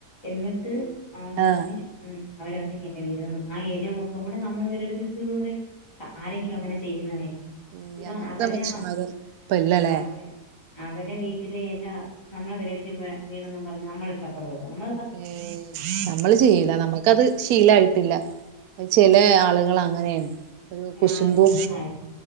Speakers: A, on the left (about 15°); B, on the right (about 70°).
A: എന്നിട്ട് അവൾ പറഞ്ഞ്
B: ആഹ് ആഹ്
A: ഉം അവരങ്ങനെ വര.. ആഹ് ഏല മൊത്തം കൂടെ നമ്മൾ വരെടുത്തിടുത്തൂകുടെ- ആരെങ്കിലും അങ്ങനെ
B: ആഹ്
A: ചെയ്യുന്ന വരെയണോ
B: ഈ
A: ഇപ്പൊ
B: അങ്ങനത്തെ
A: അവര്
B: മനുഷ്യന്മാര് ഇപ്പ ഇല്ലല്ലേ
A: അവര് അവവിടെ വീട്ടിലെ എല്ലാം നമ്മളെ പരിടുത്തി വീണെന്നും പറഞ്ഞ് നമ്മള എടുത്തപ്പറവ നമ്മൾ
B: ഏഹ് നമ്മള് ചെയില നമുക്കത് ശീലായിട്ടില്ല ചില ആളുകൾ അങ്ങനെണ്. ഒരു കുശ്ബു
A: അങ്ങനെയുള്ള